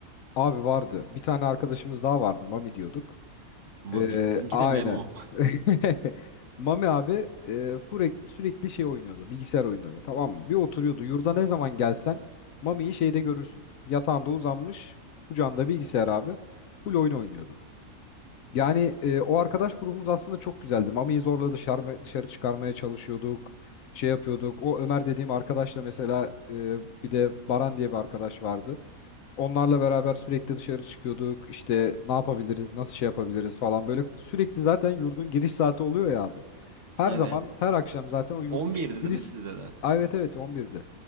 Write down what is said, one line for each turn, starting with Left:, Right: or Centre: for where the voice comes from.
Left: Abi vardı. Bir tane arkadaşımız daha vardı. Mami diyorduk.
Right: Mami.
Left: Ee,
Right: Bizimki
Left: aynen.
Right: de Memo. <laughs>
Left: <laughs> Mami abi e, furek- sürekli şey oynuyordu. Bilgisayar oyunları. Tamam mı? Bir oturuyordu. Yurda ne zaman gelsen Mami'yi şeyde görürsün. Yatağında uzanmış. Kucağında bilgisayar abi. Full oyun oynuyordu. Yani e, o arkadaş grubumuz aslında çok güzeldi. Mami'yi zorla dışarı, dışarı çıkarmaya çalışıyorduk. Şey yapıyorduk. O Ömer dediğim arkadaşla mesela e, bir de Baran diye bir arkadaş vardı. Onlarla beraber sürekli dışarı çıkıyorduk. İşte ne yapabiliriz, nasıl şey yapabiliriz falan. Böyle sürekli zaten yurdun giriş saati oluyor ya abi. Her
Right: Evet.
Left: zaman, her akşam zaten o yurdun
Right: 11'di
Left: ş-
Right: değil
Left: giriş...
Right: mi sizde de?
Left: Ay evet evet 11'de.